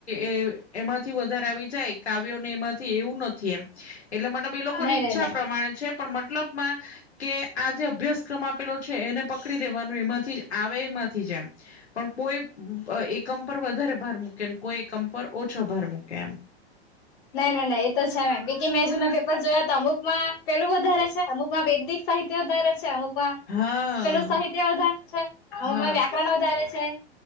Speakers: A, on the left (about 75°); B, on the left (about 50°).
A: એ એમાંથી વધારે આવી જાય કાવ્યો ને એમાંથી એવું નથી એમ એટલે મતલબ એ લોકોની
B: નહી
A: ઈચ્છા
B: નહી નહી
A: પ્રમાણે છે પણ મતલબ મા કે આ જે અભ્યાસક્રમ આપેલો છે એને પકડી દેવાનો એમાંથી જ આવે એમાંથી જ એમ પણ કોઈ એકમ પર વધારે ભાર મૂકે કોઈ એકમ પર ઓછો ભાર મૂકે એમ
B: ના ના ના એ તો છે મેમ બીકી મેં જુના પેપર જોયા તો અમુકમાં પેલું વધારે છે અમુકમાં વૈદિક સાહિત્ય વધારે છે અમુકમાં
A: હા
B: પેલું સાહિત્ય વધારે છે
A: હા
B: અમુકમાં વ પણ વધારે છે.